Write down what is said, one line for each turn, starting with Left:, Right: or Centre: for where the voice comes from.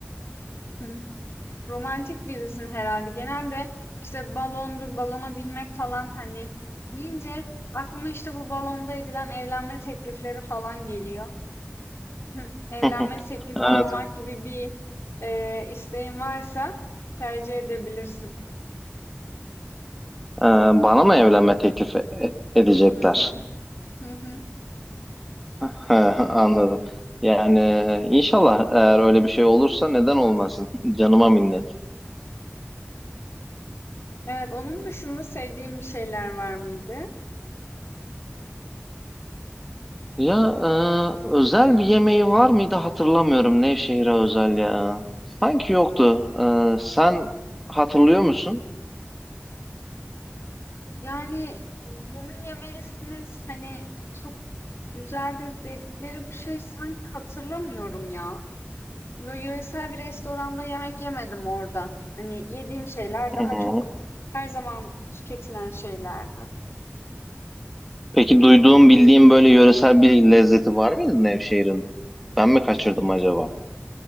Left: <laughs> romantik birisin herhalde. Genelde işte balondur, balona binmek falan hani deyince aklıma işte bu balonda edilen evlenme teklifleri falan geliyor. <laughs> Evlenme
Centre: <laughs>
Left: teklifi
Centre: Evet.
Left: almak gibi bir e, isteğin varsa tercih edebilirsin.
Centre: Ee, bana mı evlenme teklif e- edecekler?
Left: Hı hı, hı hı.
Centre: <laughs> Anladım. Yani inşallah eğer öyle bir şey olursa neden olmasın? <laughs> Canıma minnet.
Left: Evet, onun dışında sevdiğim bir şeyler var mıydı?
Centre: Ya e, özel bir yemeği var mıydı hatırlamıyorum Nevşehir'e özel ya. Sanki yoktu. E, sen hatırlıyor musun?
Left: Yani bunu yemelisiniz hani çok güzeldir dedikleri bir şey sanki hatırlamıyorum ya. Böyle yöresel bir restoranda yemek yemedim orada. Hani yediğim şeyler daha
Centre: Hı hı.
Left: çok her zaman tüketilen şeylerdi.
Centre: Peki duyduğum bildiğim böyle yöresel bir lezzeti var mıydı Nevşehir'in? Ben mi kaçırdım acaba?